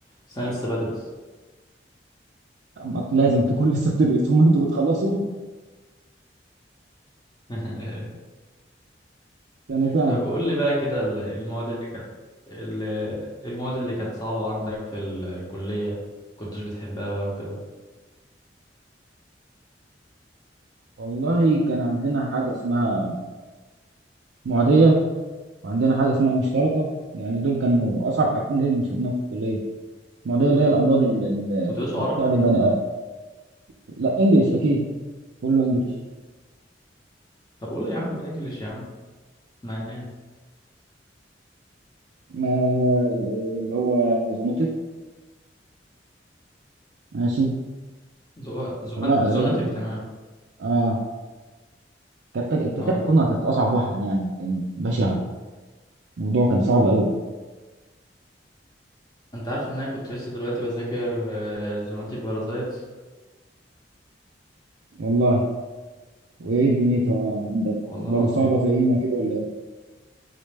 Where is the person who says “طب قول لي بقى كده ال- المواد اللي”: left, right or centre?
Left